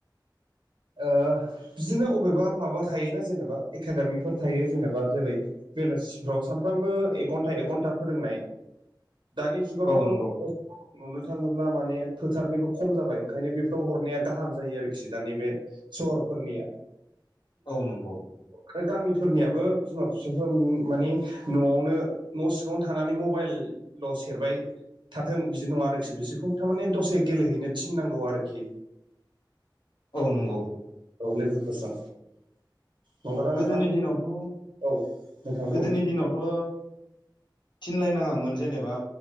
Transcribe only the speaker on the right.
ओ बिदिनो अबेबा माबा थायोना जेनेबा एकादेमिफोर थायो जेनेबा जेरै बेलासिफ्राव सामफ्रामबो एक घन्टा एक घन्टा फोरोंनाय दानि जुगावथ'
नुनो थाङोब्ला माने फोथारनिबो खम जाबाय ओंखायनो बेफोराव हरनाया गाहाम जायो आरोखि दानि बे सहरफोरनिया।
आरो गामिफोरनियाबो बिमा फिसाफ्रा माने नआवनो न सिङावनो थानानै मबाइलल' सेरबाय थाथों बिदि नङा आरोखि बिसोरखौ थारमाने दसे गेलेहैनो थिननांगौ आरोखि।
औ लोगोफोरजों। नंगौना नोंथां
औ नोंथां बुं